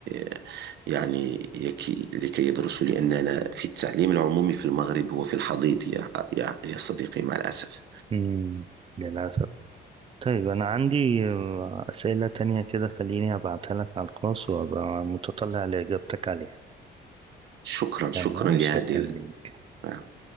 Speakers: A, on the right; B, on the right.
A: آه، يعني يكي لكي يدرسوا لأننا في التعليم العمومي في المغرب هو في الحضيض يا يا يا صديقي مع الأسف
B: مم، للأسف طيب أنا عندي آه، أسئلة تانية كده خليني أبعتها لك على الخاص وأبقى متطلع لإجابتك عليها
A: شكرا شكرا
B: تمام
A: لهذه
B: شكرا
A: ال-
B: لك
A: نعم.